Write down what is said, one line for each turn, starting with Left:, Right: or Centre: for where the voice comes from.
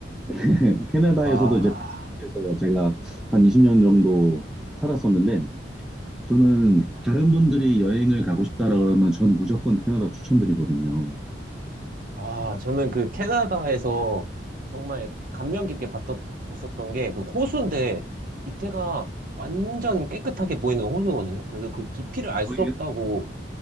Centre: <laughs> 캐나다에서도
Right: 와.
Centre: 이제 그래서 제가 한 20년 정도 살았었는데 저는 다른 분들이 여행을 가고 싶다라 그러면 전 무조건 캐나다 추천드리거든요.
Right: 아, 저는 그 캐나다에서 정말 감명 깊게 봤던, 봤었던 게 그 호수인데 밑에가 완전 깨끗하게 보이는 호수거든요. 그래서 그 깊이를 알
Centre: 거기
Right: 수 없다고